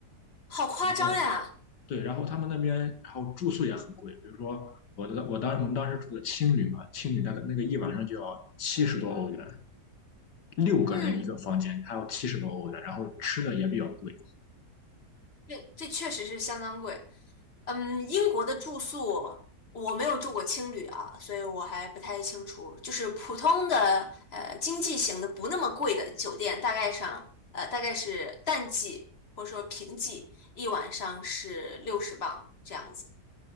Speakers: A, on the left; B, on the left.
A: 好夸张呀，
B: 然后对，然后他们那边然后住宿也很贵，比如说。我的我当我们当时住的青旅嘛，青旅大概那个一晚上就要七十多欧元，六个人一个房间，
A: 嗯，
B: 还有七十多欧的，然后吃的也比较贵。
A: 这这确实是相当贵。嗯，英国的住宿我没有住过青旅啊，所以我还不太清楚。就是普通的呃经济型的不那么贵的酒店，大概上呃大概是淡季或者说平季，一晚上是六十磅这样子。